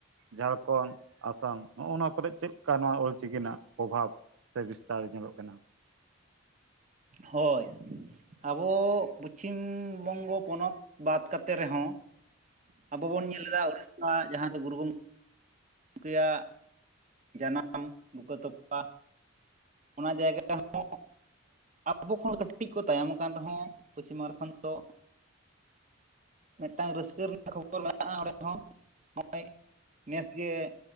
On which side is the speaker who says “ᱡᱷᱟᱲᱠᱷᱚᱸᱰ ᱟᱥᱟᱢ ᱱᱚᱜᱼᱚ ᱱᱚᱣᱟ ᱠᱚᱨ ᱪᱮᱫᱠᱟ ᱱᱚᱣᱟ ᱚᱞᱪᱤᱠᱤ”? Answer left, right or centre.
Right